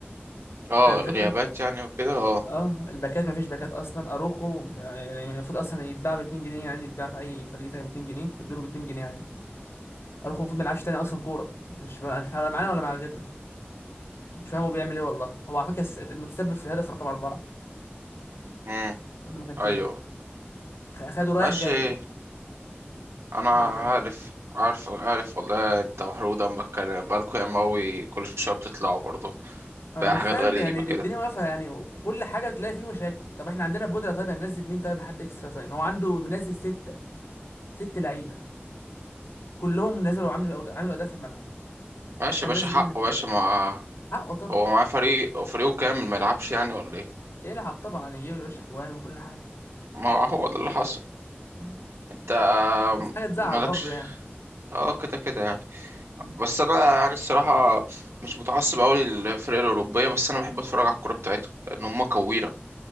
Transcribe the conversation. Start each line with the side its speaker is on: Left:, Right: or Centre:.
Right: اه
Left: فاهم الفكره
Right: الغيابات يعني وكده اه
Left: اه الباكات مفيش باكات اصلا اروخو ما- يعني المفروض اصلا يتباع ب 2 جنيه يعني يتباع في اي فريق تاني ب 2 جنيه يدوله ب 2 جنيه عادي اروخو المفروض ما يلعبش تاني اصلا كوره مش مش هيلعب معانا ولا مع غيرنا مش فاهم هو بيعمل ايه والله هو على فكره الس- المتسبب في الهدف رقم اربعه
Right: امم
Left: المفروض ما كانش
Right: ايوه
Left: يجي خ- خده رايح
Right: ماشي
Left: جاي
Right: انا
Left: انا مش
Right: عارف
Left: عارف
Right: عارف عارف والله انت محروق دمك كان باركو يا ماوي كل شويه بتطلعوا برضه
Left: انا
Right: بقى
Left: مش
Right: حاجات
Left: فاهم
Right: غريبه
Left: يعني الدنيا
Right: كده
Left: واقفه يعني وكل حاجه تلاقي فيه مشاكل طب احنا عندنا بودره طيب هننزل مين طيب لحد اكسترا تايم هو عنده منزل سته ست لعيبه كلهم نزلوا وعملوا أد- عملوا اداء في الملعب
Right: ماشي
Left: هننزل
Right: يا باشا حقه
Left: احنا مين
Right: يا باشا ما
Left: حقه طبعا
Right: هو معاه فريق وفريقه كامل ما يلعبش يعني ولا ايه
Left: يلعب طبعا يجيب يا باشا جوان وكل حاجه
Right: ما هو ده اللي حصل
Left: مم.
Right: انت
Left: بس حاجه تزعل
Right: مالكش
Left: برضه يعني
Right: اه كده كده يعني
Left: مم.
Right: بس انا يعني الصراحه مش متعصب قوي للفرق الاوروبيه بس انا بحب اتفرج على الكوره بتاعتهم لان هم كويره